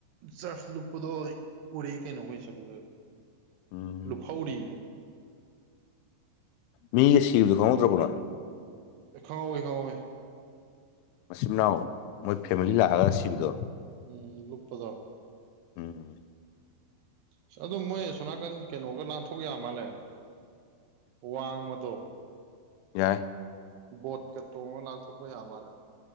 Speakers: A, on the right; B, on the left.
A: ꯆꯠꯁ ꯂꯨꯞ ꯗꯨꯣ ꯎꯔ ꯀꯩꯩꯅꯍꯣꯏ ꯆ ꯀꯗꯨ
B: ꯎꯝ
A: ꯂꯨꯈ ꯎꯔꯤꯕ
B: ꯃꯤꯒ ꯁꯤꯕꯗꯨ ꯈꯪꯉꯗ꯭ꯔꯣ ꯄꯨꯅ
A: ꯈꯑꯣꯣꯏ ꯈꯥꯑꯣ
B: ꯃꯆꯤꯟ ꯃꯅꯥꯎ ꯃꯣꯏ ꯐꯦꯃꯤꯂꯤ ꯂꯥꯛꯑꯒ ꯁꯤꯕꯗꯣ
A: ꯎꯝ ꯂꯨꯄꯗ
B: ꯎꯝ
A: ꯑꯁ ꯑꯗꯨ ꯃꯣꯏ ꯁꯣꯅꯥꯀꯟ ꯀꯩꯅꯣꯒ ꯂꯥꯟꯊꯣꯛ ꯌꯥꯝ ꯃꯥꯜꯂꯦ ꯋꯥꯡꯃꯗꯣ
B: ꯌꯥꯏ
A: ꯕꯣꯠꯀ ꯇꯣꯡꯉ ꯂꯥꯟꯊꯣꯛꯄ ꯌꯥ ꯃꯥꯜꯂꯦ